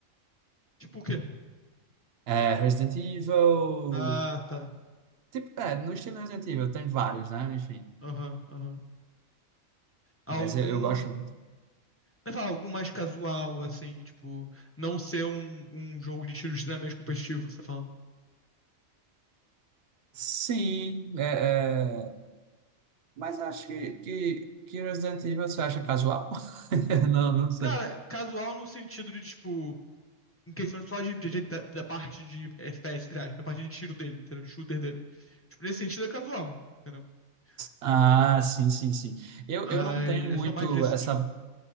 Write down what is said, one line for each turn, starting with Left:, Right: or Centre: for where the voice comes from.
Left: Tipo o quê?
Right: É, Resident Evil.
Left: Ah, tá.
Right: Tipo, é, no estilo Resident Evil, tem vários, né? Enfim.
Left: Aham, aham. Algum.
Right: Mas eu, eu gosto muito.
Left: Vai falar, algum mais casual, assim, tipo, não ser um, um jogo de tiro extremamente competitivo que você tá falando.
Right: Sim, é, é, mas acho que, que, que Resident Evil você acha casual? <laughs> Não, não sei.
Left: Cara, casual no sentido de, tipo. em questão só de, de- de- da, da parte de FPS, entre aspas, a parte de tiro dele, entendeu? De shooter dele. Tipo, nesse sentido é casual, entendeu?
Right: Ah,
Left: Hum,
Right: sim, sim, sim. Eu,
Left: Ai,
Right: eu não tenho muito
Left: é só mais nesse
Right: essa.
Left: sentido.